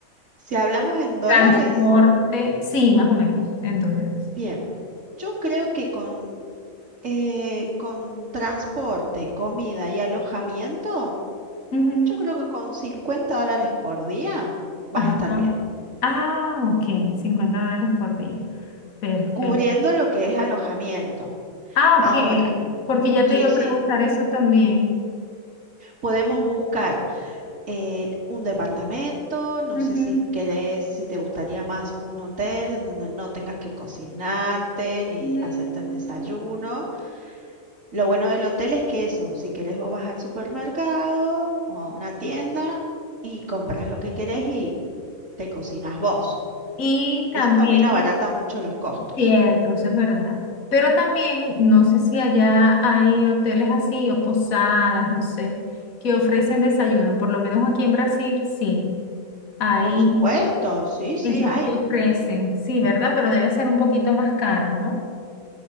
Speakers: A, on the right (about 65°); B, on the left (about 75°).
A: si hablamos en dólares,
B: transporte? Sí, más o menos, en dólares.
A: bien, yo creo que con, eh, con transporte, comida y alojamiento,
B: Ujú.
A: yo creo que con 50 dólares por día vas
B: Ajá.
A: a estar bien,
B: Ah, ok, 50 dólares por día. Perfecto.
A: cubriendo lo que es alojamiento.
B: Ah,
A: Ahora,
B: ok, porque ya
A: sí,
B: te iba a
A: sí,
B: preguntar eso también.
A: podemos buscar. eh, un departamento, no
B: Ujú.
A: sé si querés, si te gustaría más un hotel en donde no tengas que cocinarte ni
B: Mm,
A: hacerte el desayuno. Lo bueno del hotel es que eso, si querés vos vas al supermercado o a una tienda y compras lo que querés y te cocinas vos.
B: Y
A: Eso
B: también,
A: también abarata mucho los costos.
B: cierto, eso es verdad. Pero también, no sé si allá hay hoteles así o posadas, no sé, que ofrecen desayuno. Por lo menos aquí en Brasil, sí, hay
A: Por supuesto, sí, sí,
B: esos
A: hay.
B: que ofrecen. Sí, ¿verdad? Pero debe ser un poquito más caro, ¿no?